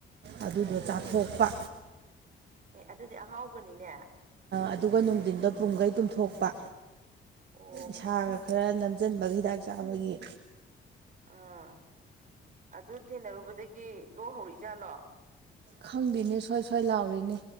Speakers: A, on the right; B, on the right.
A: ꯑꯗꯨꯗꯣ
B: ꯎꯝ
A: ꯆꯥꯊꯣꯛꯄ
B: ꯑꯦ ꯑꯗꯨꯗꯤ ꯑꯍꯥꯎꯕꯅꯤꯅꯦ
A: ꯑꯗꯨꯒ ꯅꯨꯡꯊꯤꯟꯗꯣ ꯄꯨꯡꯈꯩ ꯇꯨꯝꯊꯣꯛꯄ
B: ꯑꯣ
A: ꯏꯁꯥꯒ ꯈꯔ ꯅꯝꯁꯤꯟꯕꯒ ꯍꯤꯗꯥꯛ ꯆꯥꯕꯒꯤ
B: ꯑꯥ ꯑꯗꯨ ꯊꯦꯡꯅꯔꯨꯕꯗꯒꯤ ꯂꯣꯛ ꯍꯧꯔꯛꯏꯖꯥꯠꯂꯣ
A: ꯈꯪꯗꯦꯅꯦ ꯁꯨꯋꯥꯏ ꯁꯣꯏ ꯂꯥꯎꯔꯤꯅꯦ